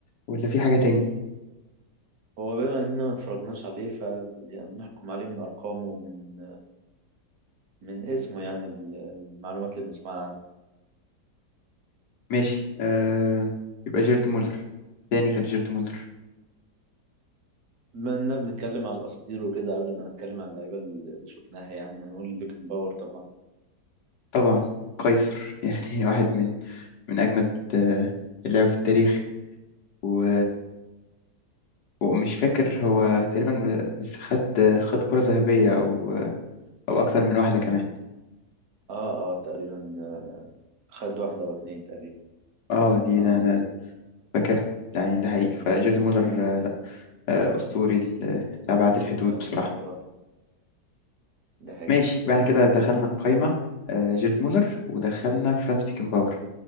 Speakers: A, on the left; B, on the right.
A: ولا في حاجة تاني
B: هو بما إننا ما اتفرجناش عليه فبنحكم عليه من أرقامه ومن من اسمه يعني ال- المعلومات اللي بنسمعها عنه
A: ماشي آه يبقى جيرد مولر تاني غير جيرد مولر
B: بما إننا بنتكلم على الأساطير وكده قبل ما نتكلم على اللعيبة اللي شفناها يعني هنقول بيكن باور طبعا
A: طبعا قيصر <laughs> يعني واحد من من أجمد آه اللعب في التاريخ و ومش فاكر هو تقريبا بس خد خد كرة ذهبية أو أو أكتر من واحدة كمان
B: اه اه تقريبا آه، خد واحدة أو اتنين تقريبا
A: اه دي
B: على
A: ده
B: ما
A: أنا
B: أتذكر
A: فاكرها يعني ده حقيقي فجيرد مولر آه، لا آه، أسطوري ل- لأبعد الحدود
B: آه، بيكن
A: بصراحة
B: باور ده حقيقي
A: ماشي بعد كده دخلنا القايمة آه، جيرد مولر ودخلنا فرانس بيكنباور